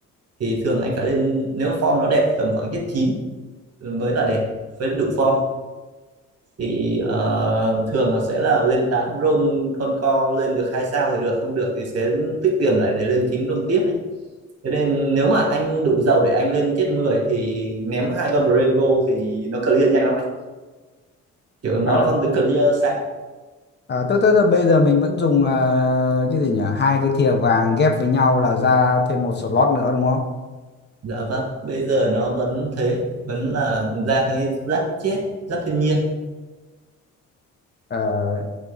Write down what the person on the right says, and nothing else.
thì thường anh phải lên nếu form nó đẹp tầm khoảng chết 9 mới là đẹp với đủ form thì ờ, thường là sẽ là lên 8 roll con co lên được hai sao thì được không được thì sẽ tích tiền lại để lên 9 roll tiếp ấy. Thế nên nếu mà anh đủ giàu để anh lên chết 10 thì ném hai con Brain vô thì nó clear nhanh lắm anh. Kiểu nó
là con tướng clear sạc.
Dạ vâng, bây giờ nó vẫn thế, vẫn là ra cái giáp chết, giáp thiên nhiên.